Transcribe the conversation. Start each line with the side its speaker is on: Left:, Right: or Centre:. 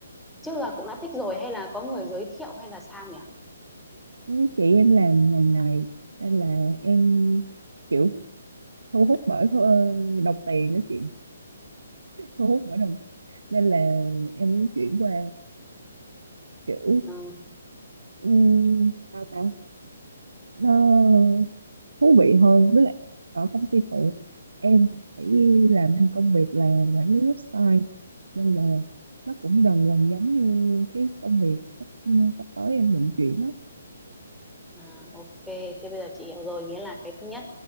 Centre: chưa là cũng đã thích rồi hay là có người giới thiệu hay là sao nhỉ?
Right: Ừ, chị em làm ngành này nên là em kiểu thu hút bởi thu- ờ, đồng tiền đó chị thu hút bởi đồng nên là em muốn chuyển qua kiểu
Centre: Ừ.
Right: um, sao ta nó thú vị hơn với lại ở công ty cũ em phải làm thêm công việc là quản lý website nên là nó cũng gần gần giống như cái công việc sắp, sắp tới em định chuyển á
Centre: À, ok, thế bây giờ chị hiểu rồi, nghĩa là cái thứ nhất